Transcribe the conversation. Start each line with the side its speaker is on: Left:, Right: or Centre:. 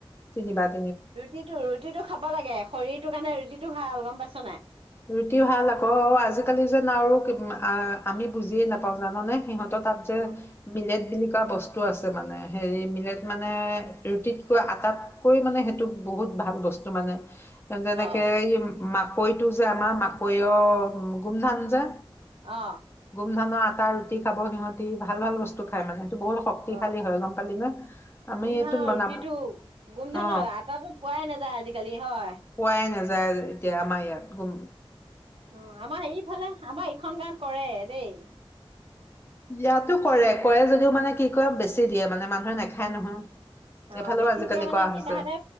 Left: তিনিবাৰকে
Right: ৰুটিটো ৰুটিটো খাব লাগে শৰীৰটোৰ কাৰণে ৰুটিটো ভাল গম পাইছ নাই
Left: ৰুটি ভাল আকৌ অ আজিকালি যেন আৰু আমি বুজিয়ে নাপাও জানানে সিহঁত তাত যে
Right: উম
Left: মিলে তেনেকুৱা বস্তু আছে মানে হেৰি মিলেট মানে ৰুটিতকৈ আটাতকৈ মানে সেইটো বহুত ভাল বস্তু মানে তেওঁ যেনেকে
Right: অ
Left: এই মা টো যে আমাৰ মাকৈয় গোমধান যে
Right: অ
Left: গোমধানৰ আ ৰুটি খাব সিহঁতি ভাল ভাল বস্তু খাই মানে বহুত শক্তিশালী
Right: অ
Left: হয় গম পালি ন আমি
Right: গোম
Left: এইটো
Right: ধানৰ
Left: বনাব
Right: ৰুটিটো গোম ধানৰ
Left: অ
Right: আটাটো পোৱাই নাযায় আজিকালি হয়
Left: পোৱাই নাযায় এতিয়া আমাৰ ইয়াত গোম
Right: উম আমাৰ এইফালে আমাৰ এইখন গাঁওত কৰে দেই
Left: ইয়াতো কৰে কৰে যদিও মানে কি কয় বেছি দিয়ে মানে মানুহে নাখায় নহয়
Right: অ
Left: এইফালেও
Right: বেছি
Left: আজিকালি
Right: দিয়া মানে
Left: কৰা হৈছে
Right: কি তাহাতে